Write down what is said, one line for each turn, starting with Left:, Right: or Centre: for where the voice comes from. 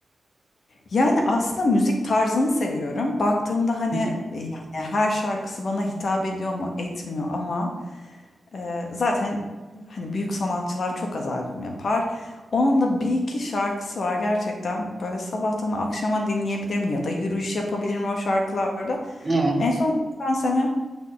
Left: Yani aslında müzik tarzını seviyorum. Baktığımda hani
Right: Hı hı.
Left: e, yani her şarkısı bana hitap ediyor mu etmiyor ama e, zaten hani büyük sanatçılar çok az albüm yapar. Onun da bir iki şarkısı var gerçekten böyle sabahtan akşama dinleyebilirim ya da yürüyüş yapabilirim o şarkılarda.
Right: Evet.
Left: En son geçen sene